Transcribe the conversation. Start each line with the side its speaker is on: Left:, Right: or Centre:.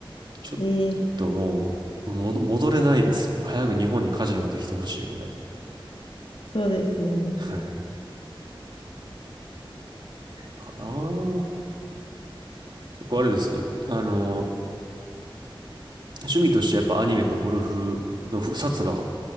Right: ちょっ
Left: ええ
Right: ともう、も戻れないですよね。早く日本にカジノができてほしいぐらい。
Left: そうですね。
Right: はい。かなぁ。結構あれです。あの、趣味としてやっぱアニメとゴルフの2つが、